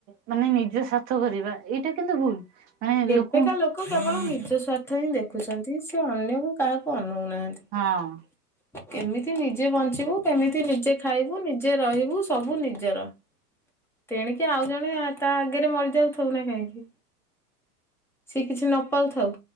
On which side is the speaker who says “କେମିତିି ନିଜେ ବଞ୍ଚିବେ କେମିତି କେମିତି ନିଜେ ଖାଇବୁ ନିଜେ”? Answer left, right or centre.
Centre